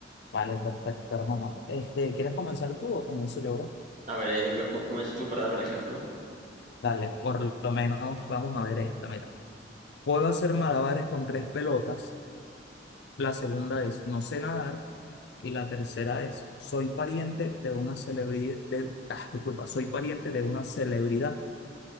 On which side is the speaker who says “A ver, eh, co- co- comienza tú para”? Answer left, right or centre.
Right